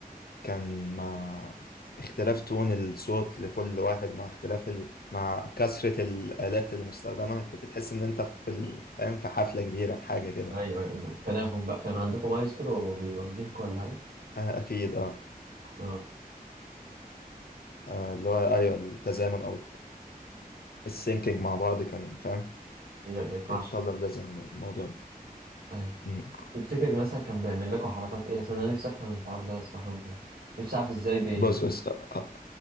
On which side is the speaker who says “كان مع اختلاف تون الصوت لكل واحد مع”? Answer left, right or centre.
Left